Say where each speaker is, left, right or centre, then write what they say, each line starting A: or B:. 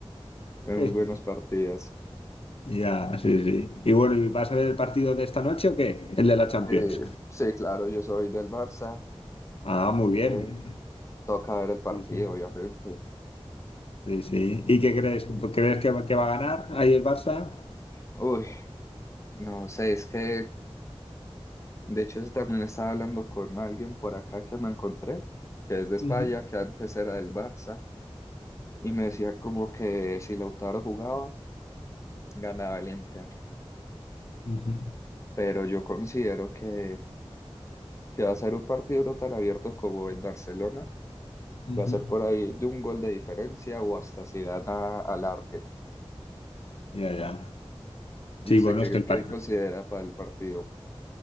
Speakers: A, on the left (about 30°); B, on the left (about 65°).
A: Muy
B: <laughs>
A: buenos partidos.
B: Ya, sí, sí. Y bueno, ¿y ¿vas a ver el partido de esta noche o qué? El de la Champions.
A: Eh, sí, claro, yo soy del Barça.
B: Ah, muy bien.
A: Eh, Toca ver el partido,
B: Sí, sí.
A: obviamente.
B: Sí, sí. ¿Y qué crees? ¿Crees que, va que va a ganar ahí el Barça?
A: Uy, no sé, es que de hecho eso también estaba hablando con alguien por acá que me encontré, que es de España,
B: Ujú,
A: que antes era del Barça, y me decía como que si Lautaro jugaba, ganaba el Inter.
B: ujú,
A: Pero yo considero que, que va a ser un partido no tan abierto como en Barcelona.
B: ujú.
A: Va a ser por ahí de un gol de diferencia o hasta si gana al arte.
B: Ya, ya.
A: ¿Y
B: Sí,
A: usted
B: bueno,
A: qué,
B: es que el
A: qué
B: partido.
A: considera para el partido?